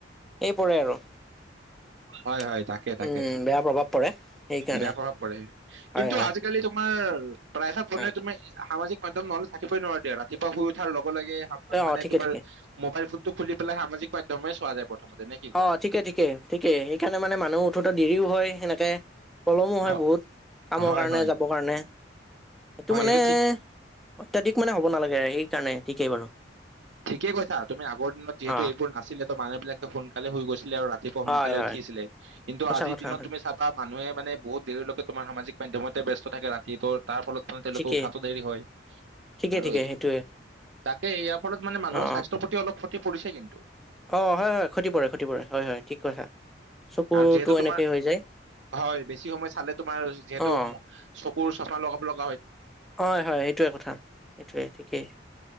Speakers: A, in the centre; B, on the right.
A: এই পৰে আৰু উম,
B: হয় হয় তাকে তাকে
A: বেয়া প্ৰভাৱ পৰে। সেইকাৰণে
B: বেয়া প্ৰভাৱ পৰে, কিন্তু
A: হয় হয়
B: আজিকালি তোমাৰ প্ৰায়ভাগ মানে
A: হয়
B: তুমি সামাজিক মাধ্যম নহলে থাকিবই নোৱাৰা দিয়া, ৰাতিপুৱা শুই উঠাৰ লগে, লগে <inaudible> মানে
A: অ ঠিকে
B: তোমাৰ
A: ঠিকে
B: মোবাইল ফোনটো খুলি পেলাই, সামাজিক মাধ্যমে চোৱা যায়। প্ৰথমতে নেকি?
A: অ, ঠিকে ঠিকে, ঠিকে, সেইকাৰণে মানে মানুহ উঠোতে দেৰিও হয় সেনেকে। পলমো হয়
B: হ-
A: বহুত, কামৰ
B: হয়
A: কাৰণে
B: হয়
A: যাবৰ কাৰণে, সেইটো
B: হয়
A: মানে
B: এইটো ঠিক
A: অত্যাধিক মানে হ'ব নালাগে, সেইকাৰণে ঠিকেই বাৰু।
B: ঠিকে কৈছা, তুমি আগৰ দিনত যিহেতু
A: অ
B: এইবোৰ নাছিলে, ত, মানুহ বিলাকে সোনকালে শুই গৈছিলে আৰু ৰাতি ৰাতিপুৱা
A: হয়
B: সোনকালে
A: হয়
B: উঠিছিলে, কিন্তু
A: সঁচা
B: আজিৰ
A: কথা
B: দিনত
A: হয়
B: তুমি চাবা মানুহে মানে বহুত দেৰিলৈকে সামাজিক মাধ্যমতে ব্যস্ত থাকে ৰাতিটোৰ। তাৰ ফলত মানে তেওঁলোকে
A: ঠিকেই
B: উঠাটো দেৰি হয়,
A: ঠিকে
B: আৰু
A: ঠিকে সেইটোৱে
B: তাকে ইয়া মানুহৰ
A: অ
B: স্বাস্থ্যৰ প্ৰতি অলপ খতি পৰিছে কিন্তু।
A: অ, হয় হয় খতি পৰে, খতি পৰে, হয় হয় ঠিক কৈছা। চকুৰতটো
B: আৰু যিহেতু তোমাৰ
A: এনেকেই হৈ যায়।
B: হয় বেছি সময় চালে তোমাৰ যিহেতু
A: অহ,
B: ম- চকুৰ চাফা <unintelligible>
A: হয়, হয়, এইটো কথা, সেইটোৱে কথা ঠিকেই।